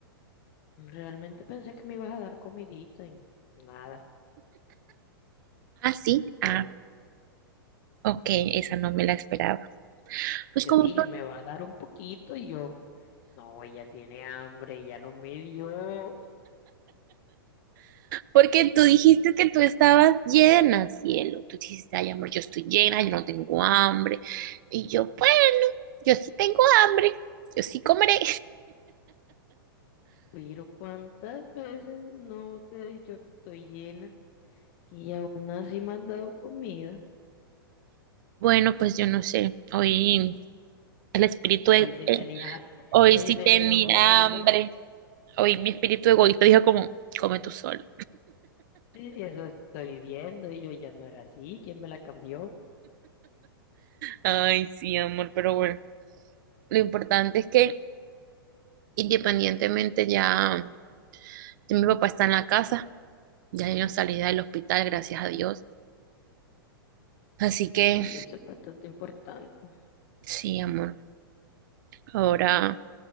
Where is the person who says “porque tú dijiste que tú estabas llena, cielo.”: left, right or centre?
Right